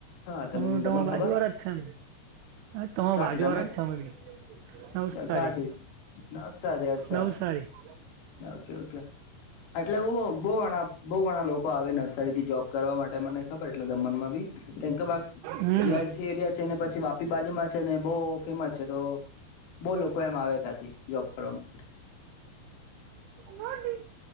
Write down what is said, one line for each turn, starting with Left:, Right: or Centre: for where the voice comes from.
Left: હા તમને
Right: અમે
Left: દમણ
Right: તમાર
Left: ખબર
Right: બાજુ વાળા જ છે એમ તમાર
Left: ક્યાંથી
Right: બાજુ
Left: તમે
Right: વાળા જ છે અમે બી નવસારી
Left: ક્યાંથી નવસારી અચ્છા
Right: નવસારી <inaudible>
Left: ઓકે ઓકે એટલે બહુ ઘણા બહુ ગણા લોકો આવે નવસારી થી જોબ કરવા માટે મને ખબર એટલે દમન માં બી કેમ કે
Right: હમ
Left: જીઆસી એરિયા છે ને પછી વાપી બાજુમાં છેને બહ ફેમસ છે તો બહ લોકો એમ આવે ત્યાં થી જોબ કરવાવામાં
Right: બોડી